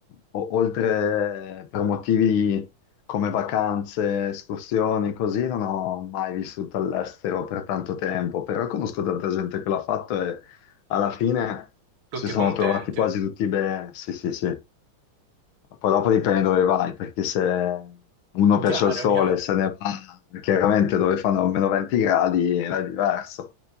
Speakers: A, on the left; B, on the right.
A: o- oltre per motivi come vacanze, escursioni, così, non ho mai vissuto all'estero per tanto tempo, però conosco tanta gente che l'ha fatto e alla fine
B: Tutti
A: si sono
B: contenti?
A: trovati quasi tutti bene. Sì, sì, sì. Poi dopo dipende dove vai, perché se uno
B: <laughs>
A: piace
B: Chiaro,
A: al sole,
B: chiaro.
A: se ne va, chiaramente dove fanno meno 20 gradi là è diverso.